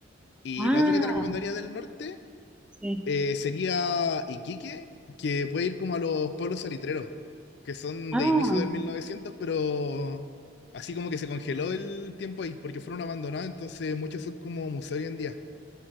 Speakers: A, on the left (about 60°); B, in the centre.
A: Y
B: Ah,
A: lo otro que te recomendaría del norte
B: sí.
A: eh, sería Iquique, que puede ir como a los pueblos salitreros, que son
B: Ah,
A: de inicio del 1900, pero así como que se congeló el tiempo ahí, porque fueron abandonados, entonces muchos son como museo hoy en día.